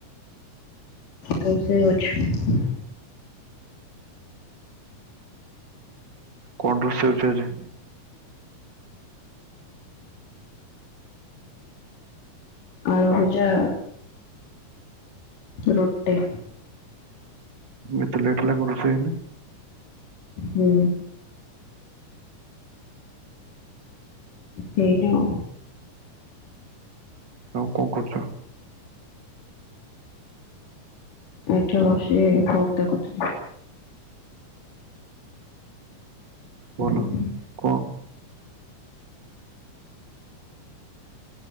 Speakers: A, on the left; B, on the right.
A: ରୋଷେଇ ହଉଚି।
B: କଣ ରୋଷେଇ ହଉଚି ଆଜି?
A: ଆଳୁଭୁଜା ରୁଟି
B: ଏତେ ଲେଟ୍ ହେଲା କଣ-ରୋଷେଇ ହେଇନି?
A: ହୁଁ ହେଇନି ଆଉ।
B: ଆଉ କଣ କରୁଚ?
A: ଏଠି ବସି ଫୋନ୍ ଦେଖୁ ଥିଲି।
B: ଭଲ
A: ହୁଁ
B: କଅଁ?